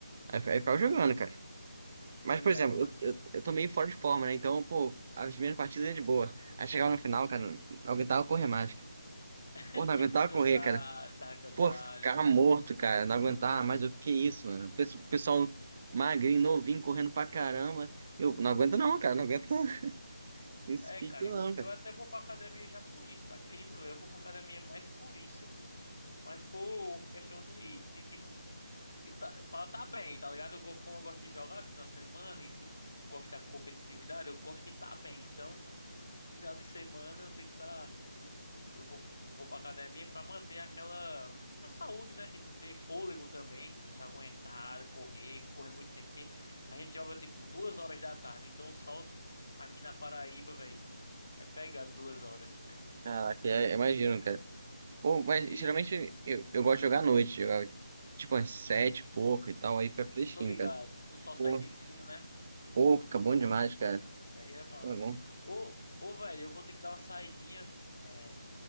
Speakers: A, on the right; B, on the left.
A: Aí, aí ficava jogando, cara. Mas,
B: Tô
A: por
B: ligado
A: exemplo,
B: como
A: eu,
B: é que
A: eu,
B: é.
A: eu tô meio fora de forma, né? Então, pô, as primeiras partidas é de boa. Aí chegava no final, cara, não aguentava correr mais. cara.
B: <laughs>
A: Pô, não aguentava
B: Cansado,
A: correr, cara.
B: tava cansado.
A: Pô, ficava morto, cara. Não aguentava mais. O que isso, mano? Pesso- Pessoal magrinho, novinho, correndo pra caramba. Eu não aguento não, cara. Não aguento <laughs> esse
B: É,
A: pique
B: cara,
A: não,
B: eu, eu
A: cara.
B: até vou pra academia já por isso, tu acredita, velho? Eu vou pra academia mais por isso. Mas por questão de, de tipo. E tá, pra eu tá bem, tá ligado? Eu, go- como eu gosto de jogar no final de semana e, tipo, gosto da competitividade, eu gosto de estar tá bem. Então, <laughs> no final de semana eu tenho que estar. Eu vou, vou pra academia pra manter aquela a saúde, né? Tipo, ter fôlego também, você aguentar, correr, correr muito tempo, porque a gente joga tipo duas horas da tarde, então o sol aqui na Paraíba, velho, é pegar duas horas. <laughs>
A: Caraca, é, imagino, cara. Pô, mas
B: E
A: geralmente eu, eu gosto de jogar à noite, jogar tipo às sete e pouco e tal, aí fica fresquinho,
B: tô ligado,
A: cara.
B: no sol
A: Pô,
B: sitezinho, né?
A: pô, fica bom demais, cara.
B: Aí é massa.
A: Pô, é bom.
B: Ô, ô, velho, eu vou ter que dar uma saidinha, é,